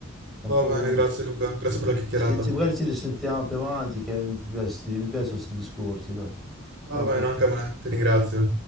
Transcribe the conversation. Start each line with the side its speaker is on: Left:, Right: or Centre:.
Centre: Fra
Right: Va
Centre: un po'
Right: bene,
Centre: devo andare.
Right: grazie Luca, grazie per la chiacchierata.
Centre: Se- se magari ci risentiamo più avanti, che mi piace- mi piacciono questi discorsi, dai.
Right: Va
Centre: Ok.
Right: bene, anche a me, ti ringrazio.